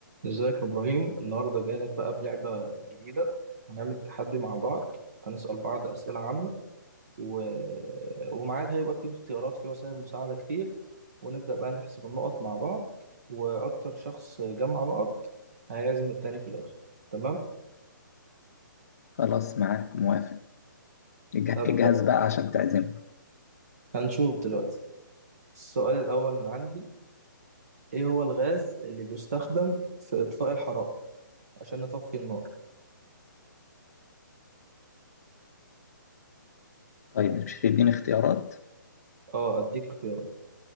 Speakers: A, on the right; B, on the left.
A: ازيك يا ابراهيم النهارده جاي لك بقى بلعبه جديده هنعمل تحدي مع بعض هنسال بعض اسئله عامه و... ومعاك هيبقى فيه اختيارات فيه وسائل مساعده كتير ونبدا بقى نحسب النقط مع بعض واكتر شخص جمع نقط هيعزم التاني في الاخر تمام
B: خلاص معاك موافق اج-
A: هبدا
B: اجهز بقى عشان تعزمنا
A: هنشوف دلوقتي السؤال الاول من عندي ايه هو الغاز اللي بيستخدم في اطفاء الحرائق عشان نطفي النار
B: طيب مش هتديني اختيارات
A: اه اديك اختيارات